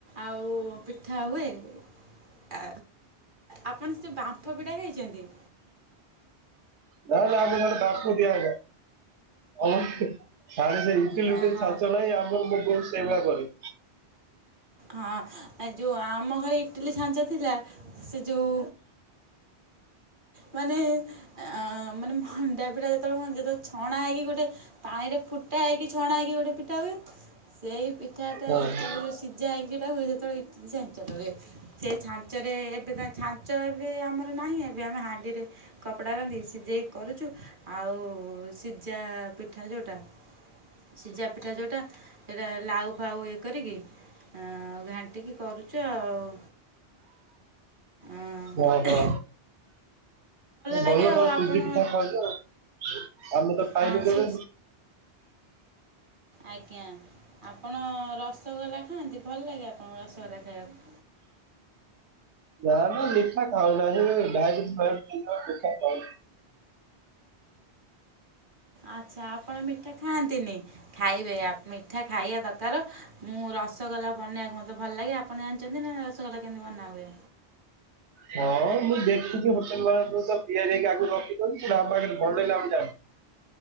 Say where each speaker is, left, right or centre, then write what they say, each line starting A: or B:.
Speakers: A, on the right; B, on the right.
A: ଆଉ ପିଠା ହୁଏ। ଆ ଆପଣ ସେ ବାମ୍ଫ ପିଠା ଖାଇଛନ୍ତି?
B: ହେ ର ଦିନେ ପାର୍ଶୁ ଟିଏ ଆଇଲା ଆଉ ସାଡେ ଥିଲି କହିଲୁ
A: ନା
B: ସେ
A: ହଁ
B: ଛାଚ ନାଇଁ ଆମର ମୁଗ ସେଇ ଭଳିଆ କରେ।
A: ହଁ ଆ ଯୋଉ ଆମ ଘରେ ଇଟିଲି ଛାଞ୍ଚ ଥିଲା ସେ ଯୋଉ ମାନେ ଅ ମାନେ ହଣ୍ଡା ପିଲା ଯେତେବେଳେ ହୁଅନ୍ତି ଯେତେବେଳେ ଛଣା ହେଇକି ଗୋଟେ ପାଣି ରେ ଫୁଟା ହେଇକି ଛଣା ହେଇକି ଗୋଟେ ପିଠା ହୁଏ। ସେଇ ପିଠାଟା
B: ହଁ
A: ଯେତେବେଳେ ଯୋଉ ସିଝା ହେଇକିଟା ହୁଏ। ସେତେବେଳେ <unintelligible> ହୁଏ। ସେ ଛାଞ୍ଚରେ ଏବେ ଛାଞ୍ଚ ଏବେ ଆମର ନାହିଁ। ଏବେ ଆମେ ହା ଧିରେ କପଡା ବାନ୍ଧିକି ସିଯେଇ କରୁଛୁ? ଆଉ ସିଝା ପିଠା ଯୋଉଟା। ସିଝା ପିଠା ଯୋଉଟା ସେଇଟା ଲାଉ ଫାଉ ଇଏ କରିକି ଆ ଘାଣ୍ଟିକି କରୁଛୁ ଆଉ ଆଁ
B: ଓହୋ ଭଲ
A: ଲାଗେ ଆଉ
B: ତମ ସୁଜି
A: ଆପଣ
B: ପିଠା ଖାଉଛ ଆଉ ଆମେ ତ ପାଇବୁ
A: ହଁ
B: କେବେ?
A: ସୁ ଆଜ୍ଞା ଆପଣ ରସଗୋଲା ଖାଆନ୍ତି। ଭଲ ଲାଗେ ଆପଣଙ୍କୁ ରସଗୋଲା ଖାଇବାକୁ?
B: ନା ନା ମିଠା ଖାଉନାହିଁ ଡାଇବେଟିସ ମିଠା ଖାଉନି।
A: ଆଚ୍ଛା ଆପଣ ମିଠା ଖାଆନ୍ତିନି? ଖାଇବେ ମିଠା ଖାଇବା ଦରକାର ମୁଁ ରସଗୋଲା ବନେଇ ବାକୁ ମତେ ଭଲ ଲାଗେ। ଆପଣ ଜାଣିଛନ୍ତି ନା ରସଗଲା କେମିତି ବନା ହୁଏ?
B: ହଁ ମୁଁ ଦେଖୁଛି ହୋଟେଲ ମାନରେ ତିଆରି ହେଇକି ଆଗରୁ ରଖିଦଉଛି ପାମ ପାଖରେ ବନେଇଲେ ଆମ